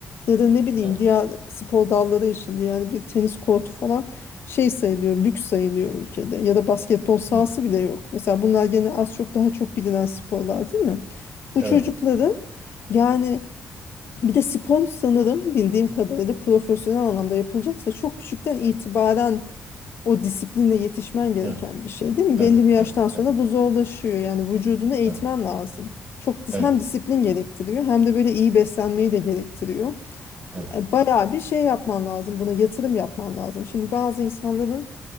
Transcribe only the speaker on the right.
Ha.
Ne?
Evet.
Ne?
Evet.
Evet.
Evet.
Evet.
Evet.
Evet.